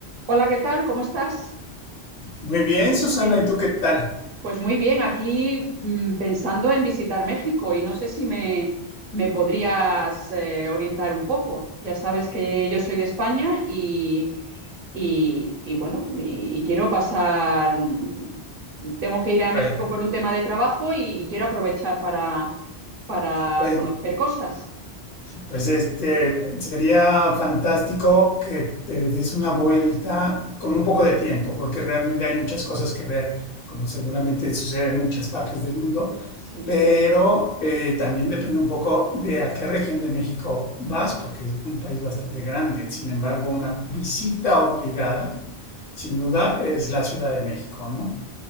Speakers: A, on the right; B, on the left.
A: Hola, ¿qué tal? ¿Cómo estás?
B: Muy bien, Susana,
A: Muy bien.
B: ¿y tú qué tal?
A: Pues muy bien, aquí mm, pensando en visitar México y no sé si me, me podrías eh, orientar un poco. Ya sabes que yo soy de España y, y- y bueno, y, y quiero pasar, mm, tengo que ir a
B: Pues,
A: México por un tema de trabajo y, y quiero aprovechar para, para
B: pues,
A: conocer cosas.
B: pues este, sería fantástico que te des una vuelta con un poco de tiempo, porque realmente hay muchas cosas que ver, como seguramente sucede en muchas partes del mundo,
A: Sí.
B: pero eh, también depende un poco de a qué región de México vas, porque es un país bastante grande. Sin embargo, una visita obligada, sin duda, es la Ciudad de México, ¿no?